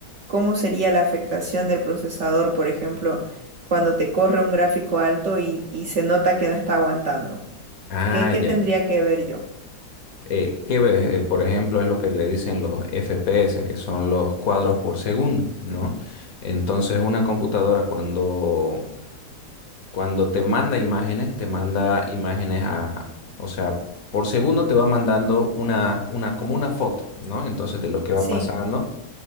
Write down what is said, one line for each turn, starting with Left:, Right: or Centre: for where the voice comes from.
Right: cómo sería la afectación del procesador, por ejemplo, cuando te corre un gráfico alto y, y se nota que no está aguantando.
Left: Ah,
Right: ¿Qué, qué
Left: ya,
Right: tendría
Left: ya.
Right: que ver yo?
Left: Eh, ¿qué ves? Eh, por ejemplo, es lo que le dicen los FPS, que son los cuadros por segundo, ¿no? Entonces, una computadora cuando, cuando te manda imágenes, te manda imágenes a, o sea, por segundo te va mandando una, una, como una foto, ¿no? Entonces, de lo que va
Right: Sí,
Left: pasando.